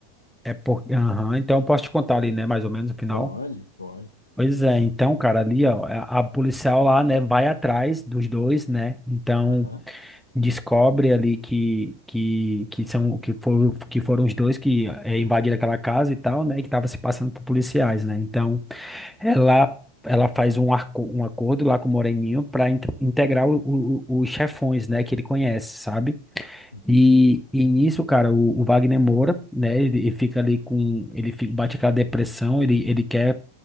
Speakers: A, in the centre; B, on the left.
A: é por, aham, então eu posso te contar ali, né, mais ou menos o final.
B: Pode, pode.
A: Pois é, então, cara, ali, ó, a a policial lá, né, vai atrás dos dois, né, então
B: Aham.
A: descobre ali que, que, que são, que foram, que foram os dois que é, invadiram aquela casa e tal, né, que tava se passando por policiais, né, então ela, ela faz um, arco, um acordo lá com o Moreninho pra in- integrar o, o- o- os chefões, né, que ele conhece, sabe?
B: Uhum.
A: E, e nisso, cara, o, o Wagner Moura, né, ele, ele fica ali com, ele fi- bate aquela depressão, ele, ele quer,